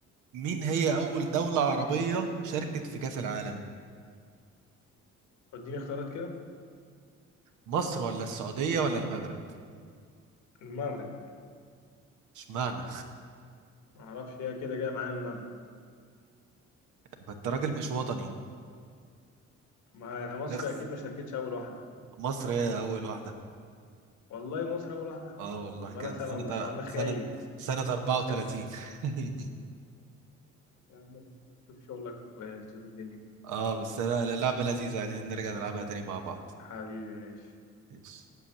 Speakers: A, on the right; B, on the left.
A: مين هي اول دوله عربيه شاركت في كاس العالم
B: اديني اختيارات كده
A: مصر ولا السعوديه ولا المغرب
B: المغرب
A: اشمعنى
B: ما اعرفش هي كده جايه معايا المغرب
A: <laughs> ما انت راجل مش وطني
B: ما هي مصر
A: <laughs> نخ.
B: اكيد ما شاركتش اول واحده
A: مصر هي اول واحده
B: والله مصر اول واحده
A: اه والله
B: يبقى
A: كانت
B: انا فعلا
A: سنه
B: مش انا خاين
A: سنه سنه 34
B: شك
A: <laughs>
B: يا عم ماشي شوف شغلك ونشوف الدنيا كده
A: اه بس لا- لا، لعبه لذيذه عايزين نرجع نلعبها تاني مع بعض
B: حبيبي ماشي
A: ماشي